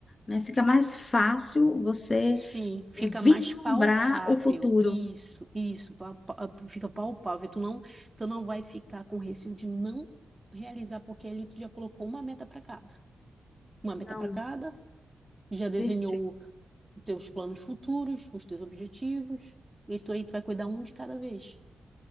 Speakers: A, on the left; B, on the right.
A: né, fica mais fácil você
B: Sim, fica
A: eh, vislumbrar
B: mais palpável.
A: o futuro.
B: Isso, isso, pa- pa- fica palpável. Tu não, tu não vai ficar com receio de não realizar, porque ali tu já colocou uma meta para cada. Uma meta
A: Não,
B: para cada, já desenhou
A: perfeito.
B: Então, os teus planos futuros, os teus objetivos, e tu aí tu vai cuidar um de cada vez,